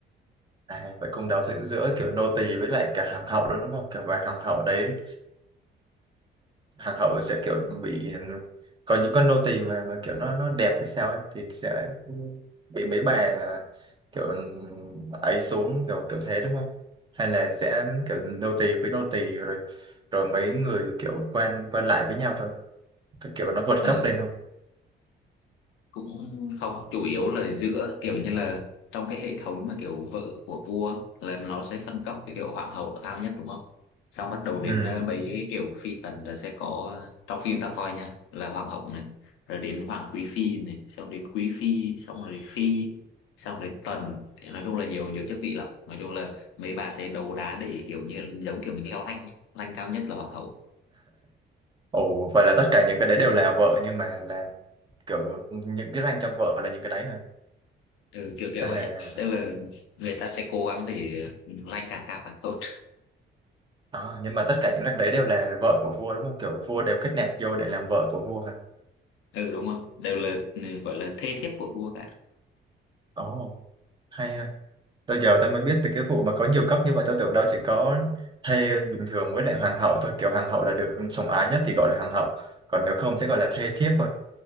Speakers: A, on the right; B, on the left.
A: À, vậy cung đấu diễn giữa kiểu nô tỳ với lại cả hàng hậu đó đúng không? Kiểu và hàng hậu đấy, hàng hậu sẽ kiểu bị có những con nô tỳ mà, mà kiểu nó nó đẹp hay sao ấy thì sẽ bị mấy bà kiểu ấy xuống kiểu kiểu thế đúng không? Hay là sẽ kiểu nô tỳ với nô tỳ rồi rồi mấy người kiểu quen quen lại với nhau thôi, cái kiểu nó vượt
B: Ờ,
A: cấp lên không?
B: cũng không chủ yếu là giữa kiểu như là trong cái hệ thống mà kiểu vợ của vua là nó sẽ phân cấp cái kiểu hoàng hậu là cao nhất đúng không xong bắt đầu đến
A: Ừ.
B: ờ, mấy cái kiểu phi tần là sẽ có trong phim ta coi nha là hoàng hậu này rồi đến hoàng quý phi này xong đến quý phi xong rồi phi xong rồi tần Thì nói chung là nhiều nhiều chức vị lắm nói chung là mấy bà sẽ đấu đá để kiểu như giống kiểu mình leo rank ấy. rank cao nhất là hoàng hậu
A: Ồ, vậy là tất cả những cái đấy đều là vợ nhưng mà là kiểu những cái rank trong vợ là những cái đấy hả?
B: ừ, kiểu kiểu
A: Hay
B: vậy
A: là
B: tức là người ta sẽ cố gắng để rank càng cao càng tốt
A: À, nhưng mà tất cả những rác đấy đều là vợ của vua đúng không? Kiểu vua đều kết nạp vô để làm vợ của vua hả?
B: ừ đúng rồi đều là ừ, gọi là thê thiếp của vua cả
A: Ồ, hay ha. Tao giờ tao mới biết từ cái vụ mà có nhiều cấp như vậy tao tưởng đâu chỉ có thê bình thường với lại hoàng hậu thôi. Kiểu hoàng hậu là được sủng ái nhất thì gọi là hoàng hậu. Còn nếu không sẽ gọi là thê thiếp thôi.